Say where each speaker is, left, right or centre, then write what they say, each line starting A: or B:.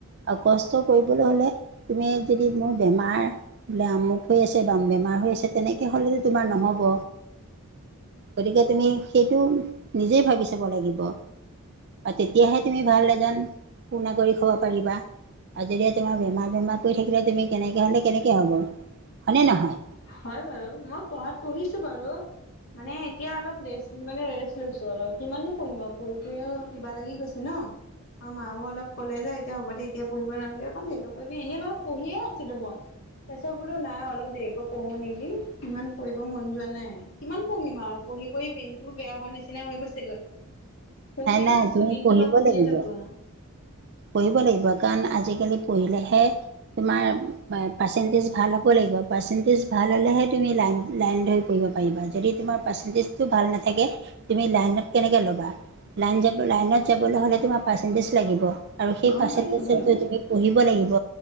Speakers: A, on the right; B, on the left.
A: আৰু কষ্ট কৰিবলৈ হ'লে তুমি যদি মোৰ বেমাৰ। বোলে আমুক হৈ আছে বা বেমাৰ হৈ আছে তেনেকে হলেতো তোমাৰ নহব গতিকে তুমি সেইটো নিজেই ভাবি চাব লাগিব। আৰু তেতিয়াহে তুমি ভাল এজন সু নাগৰিক হ'ব পাৰিবা। আৰু যদি তোমাৰ বেমাৰ বেমাৰ কৰি থাকিলে তুমি কেনেকে হ'লে কেনেকে হ'ব হয়নে নহয়।
B: হয় বাৰু মই পঢ়াত পঢ়িছো বাৰু মানে এতিয়া অলপ ৰেষ্ট মানে ৰেষ্ট লৈছো অলপ কিমাননো পঢ়িম পঢ়ি পঢি কিবা লাগি গৈছে ন। অ মাও অলপ ক'লে যে এতিয়া হ'ব দে এতিয়া পঢ়িব নালাগে অণ দে পঢিবি এনে বাৰু পঢ়িয়ে আছিলো মই। তাৰছত বোলো নাই অলপ দেৰিকৈ পঢ়ো নেকি ইমান পঢ়িব মন যোৱা নাই। কিমান পঢ়িম আৰু পঢ়ি পঢি বেইনটোও বেয়া হোৱাৰ নিচিনা হৈ গৈছেগৈ পঢ়িয়ে
A: নাই
B: আছো
A: তুমি
B: দিনটোৰ
A: পঢ়িব
B: পৰা পঢ়িয়ে
A: লাগিব
B: থাকো
A: পঢ়িব লাগিব কাৰণ আজিকালি পঢ়িলেহে তোমাৰ পাৰ্চেণ্টেজ ভাল হ'ব লাগিব পাৰ্চেণ্টেজ ভাল হ'লেহে তুমি লাইন লাইন ধৰি পৰিব যদি তোমাৰ পাৰ্চেন্টেজ ভাল নাথাকে তুমি লাইনত কনেকৈ লবা ল য লাইনত যাবলৈ হ'লে তোমাৰ পাৰ্চেন্টেজ লাগিব আৰু সেই
B: গম
A: পাৰ্চটেজ
B: পাইছো বাৰু
A: পঢ়িব লাগিব